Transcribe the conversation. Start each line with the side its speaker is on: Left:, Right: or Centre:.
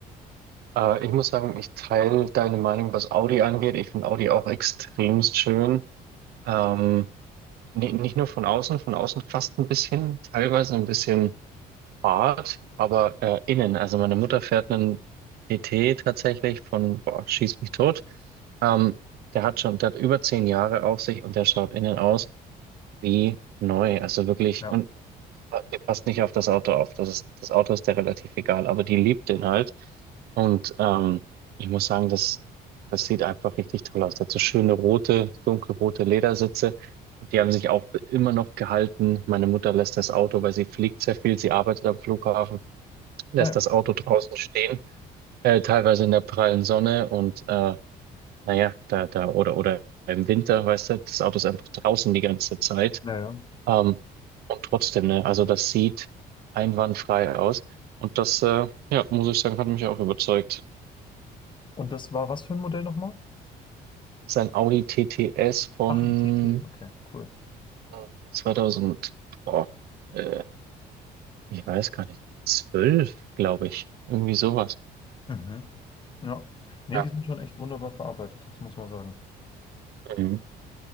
Right: Äh, ich muss sagen, ich teile deine Meinung, was Audi angeht. Ich finde Audi auch extremst schön. Ähm, ni- nicht nur von außen, von außen fast ein bisschen, teilweise ein bisschen Fahrt, aber äh, innen. Also meine Mutter fährt einen PT tatsächlich von, boah, schieß mich tot. Ähm, der hat schon, der hat über zehn Jahre auf sich und der schaut innen aus wie neu. Also wirklich,
Left: Ja.
Right: und die passt nicht auf das Auto auf. Das ist, das Auto ist der relativ egal, aber die liebt den halt. Und ähm, ich muss sagen, das, das sieht einfach richtig toll aus. Dazu schöne rote, dunkelrote Ledersitze. Und die haben sich auch immer noch gehalten. Meine Mutter lässt das Auto, weil sie fliegt sehr viel, sie arbeitet am Flughafen, lässt
Left: Ah ja.
Right: das Auto draußen stehen, äh, teilweise in der prallen Sonne und äh, naja, da, da, oder, oder im Winter, weißt du, das Auto ist einfach draußen die ganze Zeit.
Left: Ja, ja.
Right: Ähm, und trotzdem, ne, also das sieht einwandfrei aus. Und das, äh, ja, muss ich sagen, hat mich auch überzeugt.
Left: Und das war was für ein Modell nochmal?
Right: Sein Audi TTS von
Left: Ach, ein TT. Okay, cool.
Right: äh, 2000, boah, äh, ich weiß gar nicht, 12, glaube ich. Irgendwie sowas.
Left: Mhm. Ja. Nee,
Right: Ja,
Left: die sind schon echt wunderbar verarbeitet, das muss man sagen.
Right: ähm,